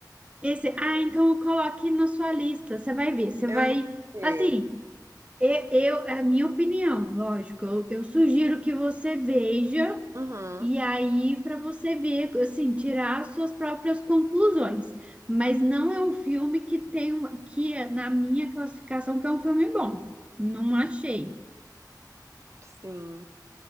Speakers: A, on the right (about 15°); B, on the right (about 40°).
A: Esse, ah, então coloque na sua lista, você vai ver, você
B: Eu
A: vai,
B: vou ver.
A: assim, eu, eu- é a minha opinião, lógico, eu, eu sugiro que você veja
B: Uhum,
A: e aí para você ver, assim, tirar as suas próprias conclusões, mas não é um filme que tem uma, que é, na minha classificação que é um filme bom, não achei.
B: sim.